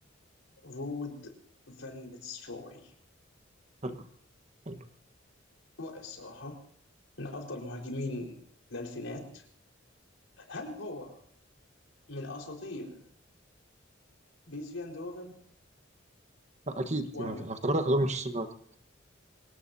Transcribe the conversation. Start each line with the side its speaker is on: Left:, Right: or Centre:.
Left: رود فان نيتستروي
Right: حلو حلو
Left: رائع الصراحه من افضل مهاجمين الالفينات هل هو من اساطير بيس فيان دوفن
Right: لا اكيد
Left: ولا
Right: دي ما في انا افتكرتك هتقول مانشستر يونايتد